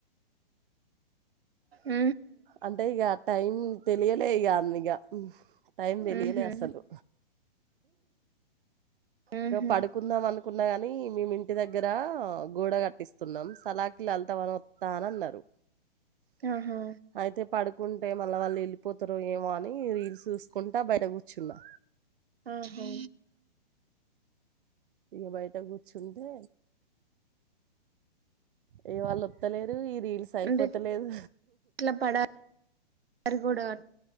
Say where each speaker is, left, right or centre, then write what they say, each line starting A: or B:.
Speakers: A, on the right; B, on the right.
A: ఉ
B: అంటే ఇగ టైం తెలియలే ఇగ అ ఇగ టైం తెలియలేదు
A: ఉహు
B: అసలు
A: ఉహు
B: పడుకుందాం అనుకు కున్నా గాని మేము ఇంటి దగ్గర గోడ కట్టిస్తున్నాం సలాకి లలిత వస్తా అని అన్నారు
A: ఆహా
B: అయితే పడుకుంటే మళ్ళ వాళ్ళ వెళ్ళి పోతారు ఏమో అని రీల్స్ చూసుకుంటా బయట కూర్చున్నా
A: ఆహా
B: ఇగ బయట కూర్చుంటే ఇగ వాళ్ళు ఒత్తలేరు ఈ రీల్స్ అయిపోతలేదు
A: అంటే ఇట్లా పడారి కూడా